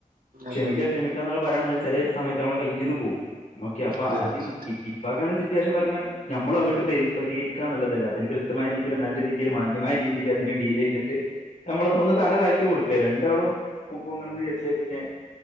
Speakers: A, on the right (about 80°); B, on the left (about 65°).
A: അതെ
B: ക്ഷമിക്ക
A: അതെ
B: ക്ഷമിക്കാ എന്നുള്ള പറയാണെങ്കി വെച്ചാല് സമയത്ത് നമ്മളെ കൈയ്യിന്ന് പോകും ഓക്കെ അപ്പൊ
A: അതെ
B: അത്
A: അതെ സത്യം
B: അപ്പ അതൊക്കെയാണ് സിറ്റുവേഷൻ വരുമ്പേ നമ്മള് അങ്ങിട്ട് പ്രരി പ്രതികരിക്കാൻനുള്ളതല്ല അതിന് കൃത്യമായ രീതിയിൽ നല്ല രീതിയിൽ മാന്യമായ രീതിയിൽ അതിനെ ഡീല് ചെയ്യ്തിട്ട് നമ്മള് ഒന്ന് തലതാഴ്ത്തി കൊടുക്ക രണ്ടാളും പൊങ്ങണന്ന് വിജാരിച്ച പിന്നെ